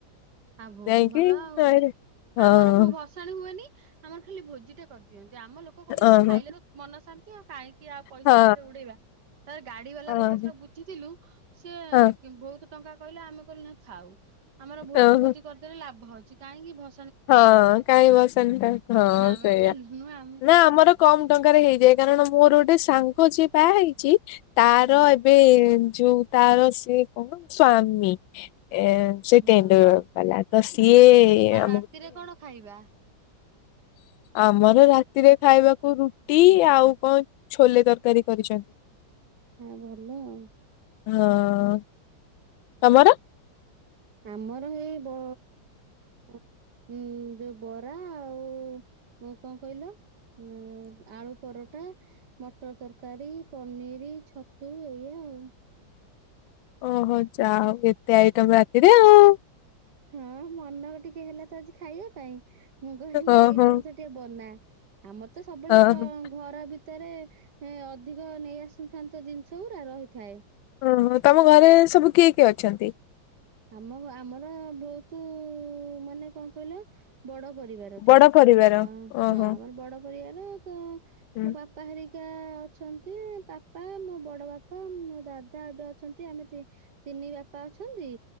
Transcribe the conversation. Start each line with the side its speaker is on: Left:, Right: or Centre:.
Right: ଆଉ ବହୁତ
Left: ଯାଇକି
Right: ଭଲ ଆଉ
Left: ନଈରେ ହଁ
Right: ଆମର ବ ଭସାଣି ହୁଏନି ଆମର ଖାଲି ଭୋଜି ଟା କରିଦିଅ ଯେ ଆମ ଲୋକ କହୁଛନ୍ତି
Left: ଓହୋ
Right: ଖାଇଲେ ମନ ଶାନ୍ତି ଆଉ କାହିଁକି ଆଉ ପଇସା
Left: ହଁ
Right: ଏଥିରେ ଉଡେଇବା ତାର ଗାଡି ବାଲା
Left: ହଁ
Right: ଗୋଟେ ଥର ବୁଝିଥିଲୁ ସିଏ
Left: ହଁ
Right: ବହୁତ ଟଙ୍କା କହିଲେ ଆମେ କହିଲୁ ନାଇଁ ଥାଉ । ଆମର ଭୋଜି ଭୋଜି
Left: ଓହୋ
Right: ଭୋଜି କରିଦେଲେ ଲାଭ ଅଛି । କାହିଁକି ଭ
Left: ହଁ କାଇଁ ଭସାଣି କାହିଁ ହଁ
Right: ଆମେ
Left: ସେଇଆ
Right: ଦେଲୁନୁ ଆମେ
Left: ନା ଆମର କମ ଟଙ୍କାରେ ହେଇଯାଏ କାରଣ ମୋର ଗୋଟେ ସାଙ୍ଗ ଯିଏ ବାହା ହେଇଛି ତାର
Right: ହୁଁ
Left: ଏବେ ଯୋଉ ତାର ସିଏ କଣ ସ୍ଵାମୀ ଏ ସେ
Right: ଭଲ
Left: ଟେଣ୍ଡ ବାଲା। ଦସ୍ ସିଏ
Right: ଆଉ
Left: ଆମ
Right: ରାତିରେ କଣ ଖାଇବା ।
Left: ଆମର ରାତିରେ ଖାଇବାକୁ ରୁଟି ଆଉ କଣ ଛୋଲେ ତରକାରୀ କରିଛନ୍ତି।
Right: ହଁ ଭଲ ଆଉ।
Left: ହଁ। ତମର?
Right: ଆମର ଏଇ ବ ଉ ଯୋଉ ବରା ଆଉ କଣ କହିଲ ଉ ଆଳୁ ପରଟା ମଟର ତରକାରୀ ପନିର ଛତୁ ଏଇଆ ଆଉ।
Left: ଓହୋ ଯାହା ହଉ ଏତେ ଆଇଟମ ରାତିରେ ଆଉ।
Right: ହଁ ମ ନ ଟିକେ ହେଲା ତ ଆଜି ଖାଇବା ପାଇଁ ମୁଁ କହିଲି
Left: ଓହୋ
Right: ଏଇ ଜିନିଷ ଟିକେ ବନା ଆମର ତ ସବୁବେଳେ ଷ୍ଟକ
Left: ଓହୋ
Right: ଘର ଆଗରେ ତରେ ଅଧିକ ନେଇ ଆସିଥାନ୍ତେ ଜିନିଷ ଗୁରା ରହିଥାଏ ।
Left: ହଁ ହଁ ତମ ଘରେ ସବୁ କିଏ ଅଛନ୍ତି।
Right: ଆମ ଆମର ବହୁତ ମାନେ କଣ କହିଲ ବଡ ପରିବାରଟେ
Left: ବଡ ପରିବାର
Right: ଆଉ
Left: ଓହୋ
Right: ହଁ ଆମର ବଡ ପରିବାର ତ
Left: ହୁଁ
Right: ମୋ ବାପା ହେରିକା କା ଅଛନ୍ତି ବାପା ମୋ ବଡ ବାପା ମୋ ଦାଦା ଏବେ ଅଛନ୍ତି ଆମେ ଆମେ ତିନି ବାପା ଅଛନ୍ତି